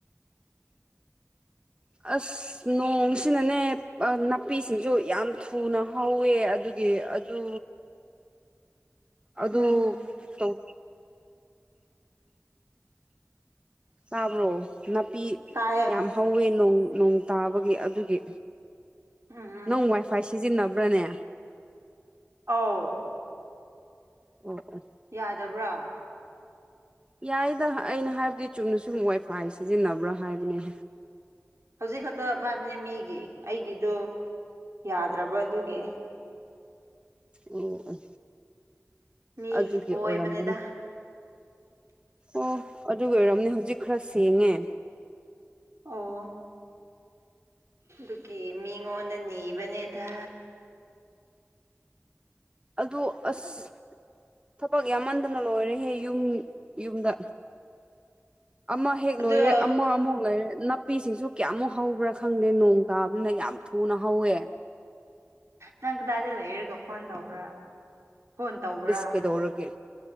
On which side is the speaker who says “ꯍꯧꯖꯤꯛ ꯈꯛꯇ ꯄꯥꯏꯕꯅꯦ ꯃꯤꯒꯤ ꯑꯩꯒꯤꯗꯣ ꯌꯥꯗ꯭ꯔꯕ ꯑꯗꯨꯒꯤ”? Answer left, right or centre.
Right